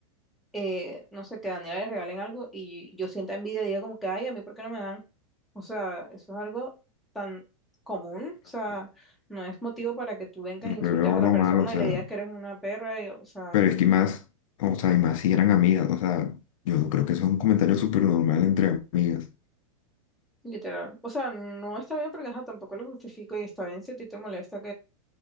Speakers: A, in the centre; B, on the left (about 70°).
A: eh, no sé, que a Daniela le regalen algo y yo sienta envidia y diga como que, ay, a mí, ¿por qué no me dan? O sea, eso es algo tan común,
B: Pero,
A: o sea,
B: o sea,
A: no es motivo para que tú vengas
B: No
A: e insultes
B: le veo
A: a la
B: lo
A: persona
B: malo, o sea,
A: y le digas que eres una perra, y, o sea,
B: pero es que más, o sea, y más si eran amigas, o sea, yo creo que eso es un comentario súper normal entre amigas.
A: literal. O sea, no está bien porque ajá, tampoco lo justifico y está bien si a ti te molesta